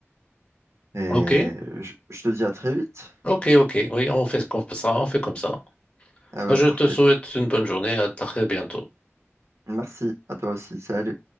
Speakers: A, on the right; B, on the left.
A: et
B: Ok,
A: je, je te dis à très vite.
B: ok, ok. Oui, on fait comme ça, on fait comme ça.
A: Ah bah
B: Je
A: parfait.
B: te souhaite une bonne journée, à très bientôt.
A: Merci à toi aussi. Salut.